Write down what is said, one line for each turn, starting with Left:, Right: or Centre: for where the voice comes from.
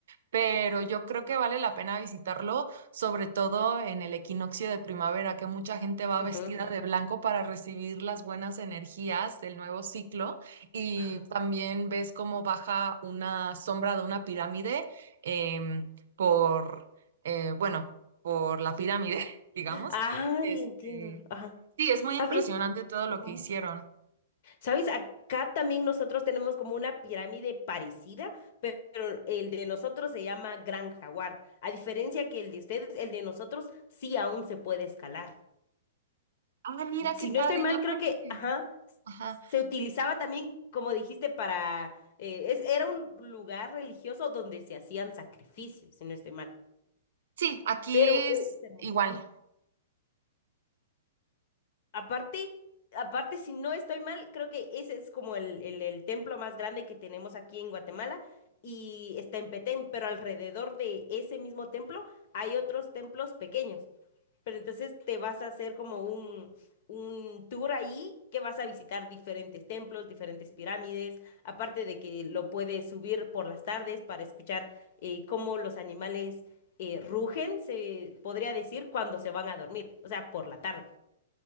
Right: pero yo creo que vale la pena visitarlo, sobre todo en el equinoccio de primavera, que mucha gente va
Left: ujú,
Right: vestida de blanco para recibir las buenas energías del nuevo ciclo y
Left: ajá.
Right: también ves cómo baja una sombra de una pirámide em, por, eh, bueno, por la pirámide, <laughs> digamos.
Left: Ay,
Right: Este,
Left: entiendo, ajá.
Right: sí, es muy
Left: ¿Sabes?
Right: impresionante todo
Left: Ujú.
Right: lo que hicieron.
Left: ¿Sabes? Acá también nosotros tenemos como una pirámide parecida, pe- pero el de nosotros se llama Gran Jaguar. A diferencia que el de ustedes, el de nosotros sí aún se puede escalar.
Right: Ah, mira
Left: si
Right: qué padre,
Left: no estoy mal,
Right: yo creo
Left: creo que,
Right: que...
Left: ajá,
Right: Ajá.
Left: se utilizaba también, como dijiste, para, eh, es, era un lugar religioso donde se hacían sacrificios, si no estoy mal,
Right: Sí, aquí
Left: pero es
Right: es
Left: hermoso.
Right: igual.
Left: ujú. Aparte, aparte, si no estoy mal, creo que ese es como el, el, el templo más grande que tenemos aquí en Guatemala y está en Petén, pero alrededor de ese mismo templo hay otros templos pequeños. Pero entonces te vas a hacer como un, un tour ahí que vas a visitar diferentes templos, diferentes pirámides, aparte de que lo puedes subir por las tardes para escuchar eh, cómo los animales eh, rugen, se podría decir, cuando se van a dormir, o sea, por la tarde.